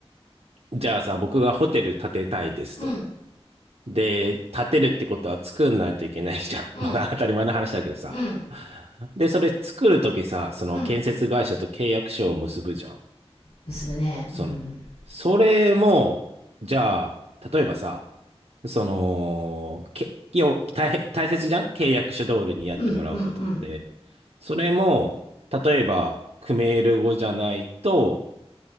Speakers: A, on the right (about 70°); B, on the left (about 80°).
A: じゃあさ、僕がホテル建てたいですと。
B: うん
A: で、建てるってことは作んないといけないじゃん。
B: うん
A: <laughs> もう当たり前の話だけどさ。
B: うん。
A: で、それ作るときさ、その建設会社と契約書を結ぶじゃん。
B: うん。結ぶね。
A: その、
B: うん。
A: それも、じゃあ、例えばさ、その、け、いや、大、大切じゃん契約書通りにやってもらうことって。
B: うんうん
A: それも、例えば、クメール語じゃないと、